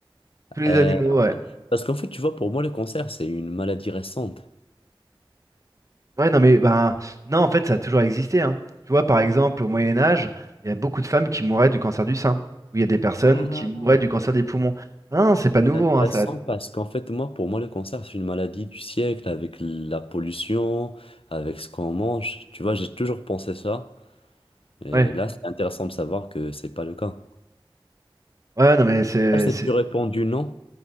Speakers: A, on the right; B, on the left.
A: tous les
B: Euh,
A: animaux. Ouais.
B: parce qu'en fait, tu vois, pour moi, le cancer, c'est une maladie récente.
A: Ouais, non mais ben non, en fait, ça a toujours existé. hein. Tu vois, par exemple, au Moyen Âge, il y a beaucoup de femmes qui mouraient du cancer du sein. Ou il y a des personnes
B: Ah.
A: qui mouraient du cancer des poumons. Ah Non, c'est pas nouveau.
B: C'est intéressant
A: hein, ça.
B: parce qu'en fait, moi, pour moi, le cancer, c'est une maladie du siècle avec la pollution, avec ce qu'on mange. Tu vois, j'ai toujours pensé ça. Et
A: Ouais.
B: là, c'est intéressant de savoir que c'est pas le cas.
A: Ouais, non mais c'est
B: Ah, c'est
A: c'est-
B: plus répandu, non?